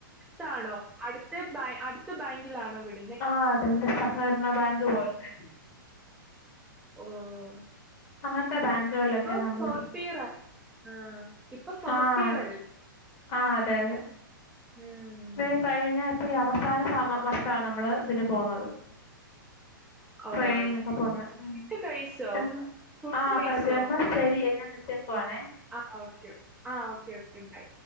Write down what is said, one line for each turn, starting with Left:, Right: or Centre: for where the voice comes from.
Centre: ത്താണോ അടുത്ത് ബാങ്കി അടുത്ത് ബങ്കിലാണോ വീട്
Left: ആ അതെ തേ സഹകരണ ബാങ്ക് പോലത്തെ
Centre: ഓഹ്,
Left: അങ്ങനത്തെ ബാങ്കുകളിലൊക്കെ
Centre: ഇപ്പൊ
Left: നമ്മൾ
Centre: ഫോർത്ത് ഇയർ ആയ് ആഹ്. ഇപ്പൊ ഫോർത്ത്
Left: ആഹ്
Centre: ഇയർ അല്ലേ?
Left: ആ അതെ അതെ
Centre: ഉം
Left: <unintelligible> കഴിഞ്ഞ ഇപ്പ ഈ അവസാന സമ വർഷാണ് നമ്മള് ഇതിന്പോവുന്നത്
Centre: ഓക്കെ.
Left: ട്രയിനിങ്ങിനൊക്കെ പോന്നെ ഉം
Centre: ഫുഡ് കഴിച്ചോ?
Left: എന്ന്
Centre: ഫുഡ്
Left: ആ
Centre: കഴിച്ചോ?
Left: കൈ എന്നാ ശരിയേ ഞാൻ വി വെച്ചേക്കുവാണേ
Centre: ആഹ് ഓക്കെ ആഹ് ഓക്കെ ഓക്കെ ബൈ